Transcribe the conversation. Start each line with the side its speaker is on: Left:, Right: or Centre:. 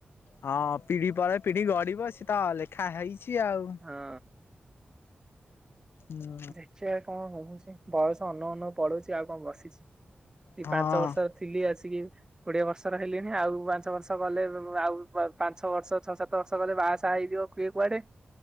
Left: ହଁ ପିଢି ପରେ ପିଢି ଗଢିବ ସେ ତ ଲେଖା ହେଇଛି। ଚି ଆଉ
Right: ହଁ
Left: ହୁଁ
Right: ଦେଖିବା କଣ ହଉ। ବୟସ ଅନ ଅନନ୍ନ ପଡୁଛି ଆଉ କଣ ବସିଛି। ସେ
Left: ହଁ
Right: ପାଞ୍ଚ ବର୍ଷରେ ଥିଲି ଆ। କୋଡିଏ ବର୍ଷର ହେଲେଣି ଆଉ ପାଞ୍ଚ ବର୍ଷ ଗଲେ ଆଉ ପାଞ୍ଚ ବର୍ଷ ଛଅ ସାତ ବର୍ଷ ଗଲେ ବାହା ସାହା ହେଇଯିବ କିଏ କୁଆଡେ।